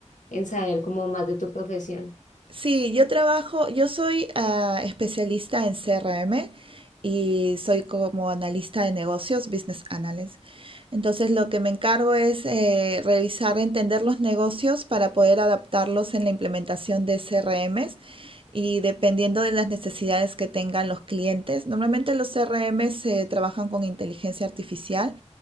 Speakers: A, on the left; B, on the right.
A: en saber como más de tu profesión.
B: Sí, yo trabajo, yo soy ah, especialista en CRM y soy como analista de negocios, business analyst. Entonces, lo que me encargo es eh, revisar, entender los negocios para poder adaptarlos en la implementación de CRMs y dependiendo de las necesidades que tengan los clientes. Normalmente los CRM se trabajan con inteligencia artificial